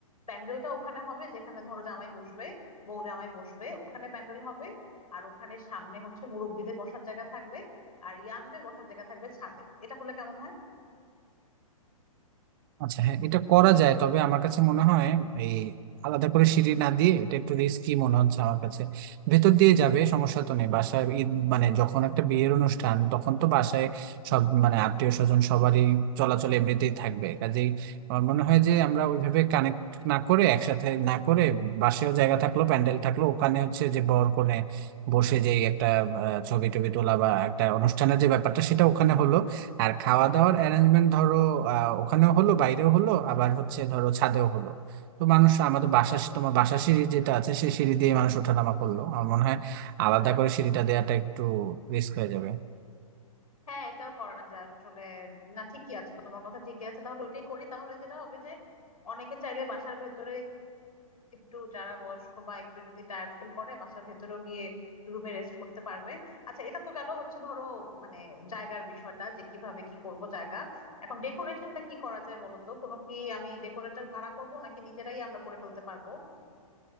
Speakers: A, on the left (about 85°); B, on the right (about 40°).
A: প্যান্ডেলটা ওখানে হবে যেখানে ধরো জামাই বসবে বউ জামাই বসবে ওখানে প্যান্ডেল হবে আর ওখানে সামনে হচ্ছে মুরব্বিদের বসার জায়গা থাকবে আর ইয়াংদের বসার জায়গা থাকবে ছাদে এটা হলে কেমন হয়
B: আচ্ছা হ্যাঁ এটা করা যায় তবে আমার কাছে মনে হয় এই আলাদা করে সিঁড়ি না দিয়ে এটা একটু রিস্কি মনে হচ্ছে আমার কাছে ভেতর দিয়ে যাবে সমস্যা তো নেই বাসায় ঈদ মানে যখন একটা বিয়ের অনুষ্ঠান তখন তো বাসায় সব মানে আত্মীয় স্বজন সবারই চলাচল এমনিতেই থাকবে কাজেই আমার মনে হয় যে আমরা ওইভাবে কানেক্ট না করে একসাথে না করে বাসেও জায়গা থাকলো প্যান্ডেল থাকলো ওখানে হচ্ছে যে বর কনে বসে যেই একটা আহ, ছবি টবি তোলা বা একটা অনুষ্ঠানের যে ব্যাপারটা সেটা ওখানে হলো আর খাওয়া দাওয়ার অ্যারেঞ্জমেন্ট ধরো আহ, ওখানেও হলো বাইরেও হলো আবার হচ্ছে ধরো ছাদেও হলো তো মানুষ আমাদের বাসা তোমার বাসা সিঁড়ি যেটা আছে সেই সিঁড়ি দিয়ে মানুষ ওঠানামা করলো আমার মনে হয় আলাদা করে সিঁড়িটা দেওয়াটা একটু রিস্ক হয়ে যাবে
A: হ্যাঁ এটাও করা যায় আসলে না ঠিকই আছে তোমার কথা ঠিকই আছে তাহলে ওইটাই করি তাহলে যেটা হবে যে অনেকে চাইলে বাসার ভেতরে একটু যারা বয়স্ক বা একটু যদি টায়ার্ড ফিল করে বাসার ভেতরেও গিয়ে রুমে রেস্ট করতে পারবে আচ্ছা এটা তো গেল হচ্ছে ধরো মানে জায়গার বিষয়টা যে কিভাবে কি করব জায়গা এখন ডেকোরেশনটা কি করা যায় বলো তো কোনো কি আমি ডেকোরেটর ভাড়া করব নাকি নিজেরাই আমরা করে ফেলতে পারবো